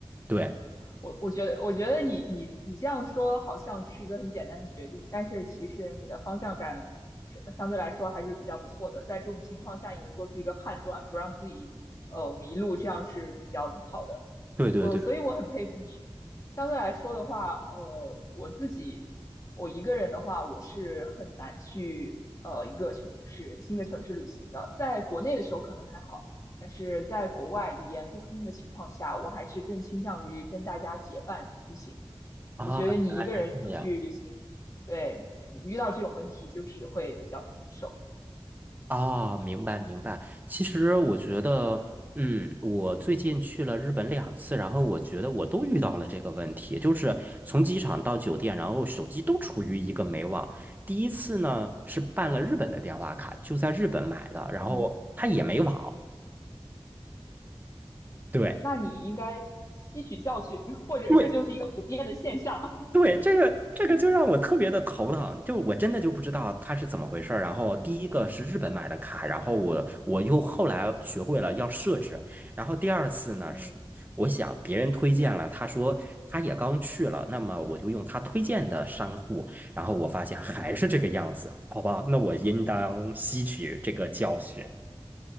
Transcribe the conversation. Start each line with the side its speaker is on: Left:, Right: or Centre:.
Right: 对
Left: 我我觉得，我觉得你你你这样说好像这是一个很简单的决定，但是其实你的方向感是相对来说还是比较不错的。在这种情况下，你能做出一个判断，不让自己呃迷路，这样是比较好的。
Right: 对对对
Left: 我所以我很佩服你。相对来说的话，呃，我自己我一个人的话，我是很难去呃一个城市新的城市旅行的。在国内的时候可能还好，但是在国外语言不通的情况下，我还是更倾向于跟大家结伴出行。
Right: 啊，
Left: 我觉得你一个人出去旅行，
Right: 这样
Left: 对你遇到这种问题就是会比较棘手。
Right: 啊，明白明白。其实我觉得，
Left: 嗯，是的，
Right: 嗯，我最近去了日本两次，然后我觉得我都遇到了这个问题，就是从机场到酒店，然后手机都处于一个没网。第一次呢是办了日本的电话卡，就在日本买的，然后它也没网。
Left: 嗯
Right: 对。
Left: 那你应该吸取教训，或者这就是一个普遍的现象。
Right: 对
Left: <laughs>
Right: 对，这个这个就让我特别的头疼，就我真的就不知道他是怎么回事儿。然后第一个是日本买的卡，
Left: 嗯
Right: 然后我我又后来学会了要设置。然后第二次呢，
Left: 嗯
Right: 是我想别人推荐了，他说他也刚去了，那么我就用他推荐的商户，然后我发现还是这个样子，好吧，那我应当吸取这个教训。